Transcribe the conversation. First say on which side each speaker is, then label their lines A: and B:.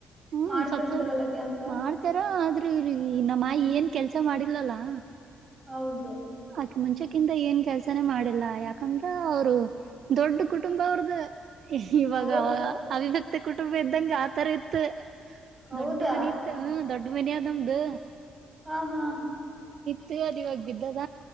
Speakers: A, on the right (about 60°); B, on the right (about 20°).
A: ಹ್ಮ್
B: ಮಾಡ್ತಿರ್ತಾರಲ್ಲ
A: ಸ್ವಲ್ಪ
B: ಕೆಲ್ಸ
A: ಮಾಡ್ತಾರ ಆದ್ರೆ ಇಿಗೆ ನಮ್ಮ ಏನ್ ಕೆಲ್ಸ ಮಾಡಿಲಲ್ಲಾ
B: ಹೌದು
A: ಆಕಿ ಮುಂಚೆಕ್ಕಿಂತ ಏನ್ ಕೆಲ್ಸಾನೇ ಮಾಡಿಲ್ಲ ಯಾಕಂದ್ರ ಅವರು ದೊಡ್ಡ ಕುಟುಂಬ ಅವ್ರದ ಇವಾಗ
B: ಹೌದ
A: ಅವಾಗ ಅವಿಿವ್ಯಕ್ತಿ ಕುಟುಂಬ ಇದ್ದಂಗ ಆತರ ಇತ್ತು
B: ಹೌದಾ
A: ದೊಡ್ಡ ಮನಿ ಇತ್ತು ಹ ದೊಡ್ಡ ಮನ ಆದಾದ ನಮ್ದು
B: ಹಾ ಹಾ
A: ದ್ ಇವಾಗ ಬ್ದದ